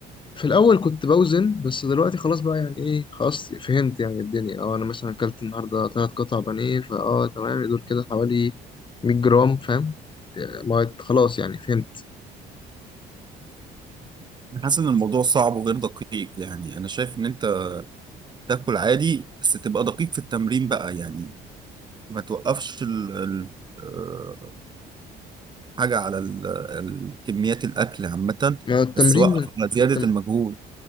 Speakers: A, on the left; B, on the right.
A: في الاول كنت بوزن بس دلوقتي خلاص بقى يعني ايه خلاص فهمت يعني الدنيا اه انا مثلا اكلت النهارده ثلاث قطع بانيه فاه تمام دول كده حوالي 100 جرام فاهم يعني ما خلاص يعني فهمت
B: انا حاسس ان الموضوع صعب وغير دقيق يعني انا شايف ان انت تاكل عادي بس تبقى دقيق في التمرين بقى يعني ما توقفش ال... ال... آه، حاجة على ال... ال- كميات الاكل عامة
A: ما هو التمرين
B: بس وقف
A: من
B: على زيادة
A: التم...
B: المجهود